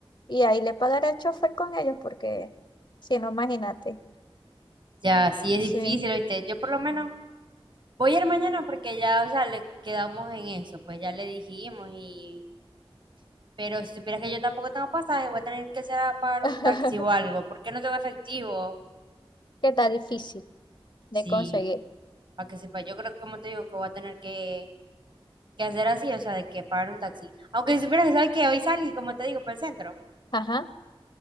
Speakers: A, on the left; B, on the right.
A: Y ahí le pagaré al chofer con ellos, porque si no, imagínate.
B: Ya, sí es
A: Sí.
B: difícil, ¿viste? Yo por lo menos voy a ir mañana porque ya, o sea, le quedamos en eso, pues ya le dijimos y... Pero si supieras que yo tampoco tengo pasaje, voy a tener que ser a pagar
A: <laughs>
B: un taxi o algo. ¿Por qué no tengo efectivo?
A: que está difícil de
B: Sí,
A: conseguir.
B: para que sepa, yo creo que, como te digo, que voy a tener que que hacer así, o sea, de que pagar un taxi. Aunque si supieras que sabes que hoy salí, como te digo, para el centro.
A: Ajá.